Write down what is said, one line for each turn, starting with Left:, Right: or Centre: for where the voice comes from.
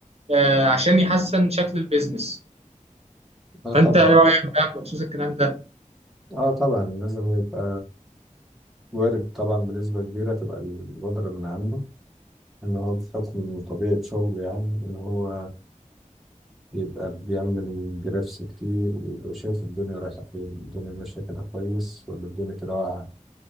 Right: آه، عشان يحسن شكل البيزنس
Centre: اه طبعا
Right: فانت ايه رايك بقى بخصوص الكلام ده
Centre: اه طبعا لازم يبقى وارد طبعا بنسبة كبيرة تبقى البودرة من عنده إن هو بحكم طبيعة شغله يعني إن هو يبقى بيعمل جرافس كتير ويبقى شايف الدنيا رايحة فين الدنيا ماشية كده كويس ولا الدنيا كده واقعة